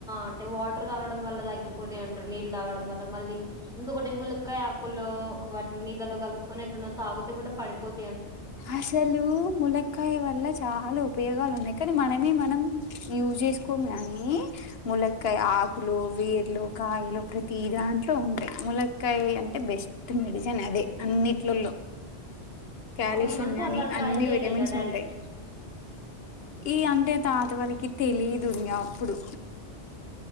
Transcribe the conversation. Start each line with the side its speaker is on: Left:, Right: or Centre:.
Centre: అంటే వాటర్ తాగడం వల్ల తగ్గింది పోద్ది అంటారు నీళ్ళు తాగడం వల్ల మళ్ళీ ఇంకొకటి ములక్కాయ ఆకుల్లో వాటి నీళ్ళలో కలుపుకునే పమనా తాగుతే కూడ పడిపోతు
Left: అసలు ములక్కాయ వల్ల చాల ఉపయోగాలు మునక్కాయని మనమె మనం యూజ్ చేస్కోము కాని ములక్కాయ ఆకులు వేర్లు కాయలు ప్రతి దాంట్లో ఉంటాయి ములక్కాయ అంటే బెస్ట్ మెడి సెన్ అది అన్నిట్లో టుల్లో కాల్షియం
Centre: అవును అంటే
Left: గానీ
Centre: అలా ట్రై
Left: అన్ని
Centre: చేయలేదా
Left: విటమిన్స్
Centre: డైరెక్ట్
Left: ఉంటాయి ఈ అంటే తాత వాల్లకి తెలీదు ఇంకా అప్పుడు